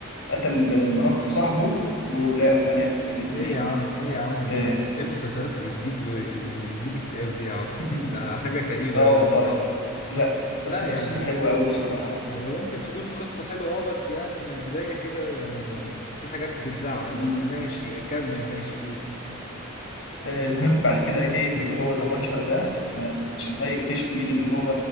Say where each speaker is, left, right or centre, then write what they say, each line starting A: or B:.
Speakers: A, on the left; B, on the left.
A: قتل آه، مرات صاحبه وولاده وبناته الاتنين
B: ايه يا عم ايه يا عم المسلسل
A: اه
B: ايه المسلسلات اللي تجيب اللي تجيب اكتئاب دي يا عم
A: <laughs>
B: ده حاجة كئيبة
A: آه
B: قوي
A: والله
B: بصراحة
A: لا بس
B: لا
A: قصته
B: يعني
A: حلوة قوي بصراحة
B: هي ممكن تكون القصة حلوة اه بس يعني من البداية كده يعني في حاجات بتزعل
A: يعني
B: بس ماشي اكمل ماشي قول
A: آه، المهم بعد كده ايه اللي هو ذا بانشر ده آه، عشان بقى يكتشف مين اللي هو